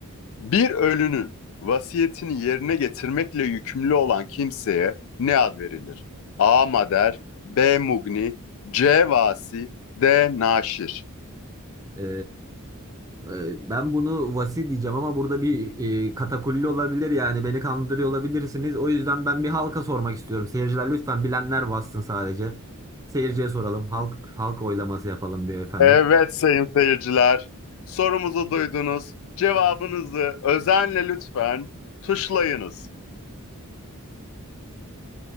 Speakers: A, on the left; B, on the right.
A: Bir ölünün vasiyetini yerine getirmekle yükümlü olan kimseye ne ad verilir? A. Mader, B. Mugni, C. Vasi, D. Naşir.
B: Ee, e, ben bunu vasi diyeceğim ama burada bir e, katakulli olabilir yani beni kandırıyor olabilirsiniz. O yüzden ben bir halka sormak istiyorum. Seyirciler lütfen bilenler bassın sadece. Seyirciye soralım. Halk halk oylaması yapalım bir efendim.
A: Evet sayın seyirciler. Sorumuzu duydunuz. Cevabınızı özenle lütfen tuşlayınız.